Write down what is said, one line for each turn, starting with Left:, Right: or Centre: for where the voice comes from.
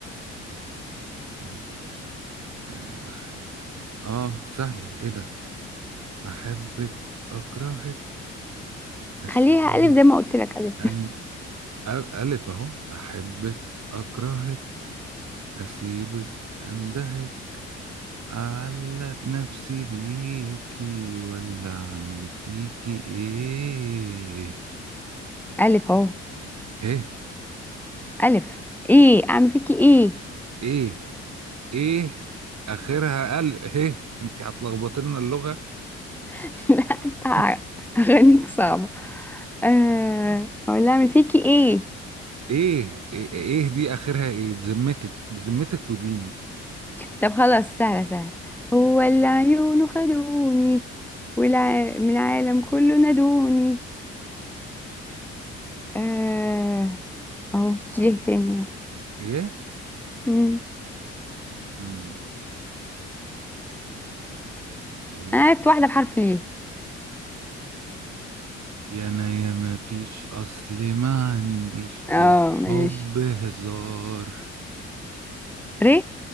Right: الف آه... احب اه سهله ايه ده احبك اكرهك اسيبك
Centre: خليها ألف زي ما قلت لك ألف
Right: أن... ألف أهو أحبك أكرهك أسيبك أندهك أعلق نفسي بيكي ولا أعمل فيكي إيه
Centre: ألف أهو
Right: إيه
Centre: ألف إيه أعمل فيكي إيه
Right: إيه إيه آخرها قلب إيه أنت هتلخبط لنا اللغة
Centre: <laughs> لا أنت
Right: <laughs>
Centre: أغانيك صعبة آه أقول لها أعمل فيكي إيه
Right: إيه إيه إيه دي آخرها إيه بذمتك بذمتك ودينك
Centre: طب خلاص سهلة سهلة هو اللي عيونه خدوني والع... من العالم كله نادوني آه أهو ليه تاني أهو
Right: إيه
Centre: مم.
Right: أمم إيه
Centre: أنا عرفت واحدة بحرف ليه
Right: يا أنا يا ما فيش أصل ما عنديش في
Centre: اه
Right: الحب
Centre: ماشي
Right: هزار
Centre: ري